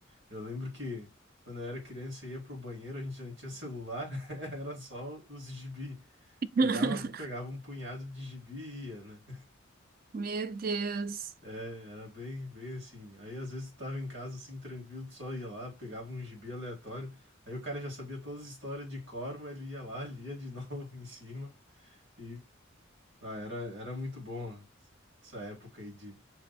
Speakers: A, on the right; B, on the right.
A: eu lembro que quando eu era criança eu ia pro banheiro, a gente não tinha celular, <laughs> era só os gibi. Pegava,
B: <laughs>
A: pegava um punhado de gibi e ia, né?
B: Meu Deus.
A: É, era bem, bem assim. Aí às vezes tu tava em casa assim, tranquilo, tu só ia lá, pegava um gibi aleatório. Aí o cara já sabia todas as histórias de cor, mas ele ia lá, lia de <laughs> novo em cima. E ah, era, era muito bom essa época aí de,